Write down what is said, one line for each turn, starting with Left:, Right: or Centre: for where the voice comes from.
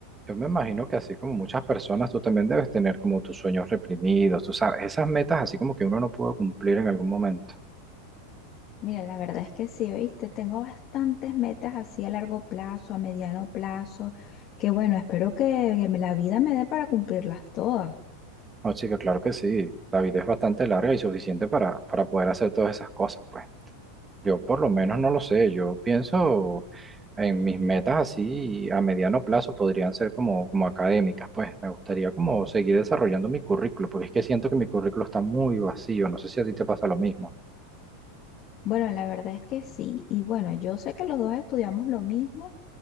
Right: Yo me imagino que así como muchas personas, tú también debes tener como tus sueños reprimidos, tú sabes, esas metas así como que uno no pudo cumplir en algún momento.
Left: Mira, la verdad es que sí, oíste, tengo bastantes metas así a largo plazo, a mediano plazo, que bueno, espero que, que me- la vida me dé para cumplirlas todas.
Right: No, chica, claro que sí, la vida es bastante larga y suficiente para, para poder hacer todas esas cosas, pues. Yo por lo menos no lo sé, yo pienso en mis metas así a mediano plazo podrían ser como, como académicas, pues. Me gustaría como seguir desarrollando mi currículo, porque es que siento que mi currículo está muy vacío, no sé si a ti te pasa lo mismo.
Left: Bueno, la verdad es que sí, y bueno, yo sé que los dos estudiamos lo mismo,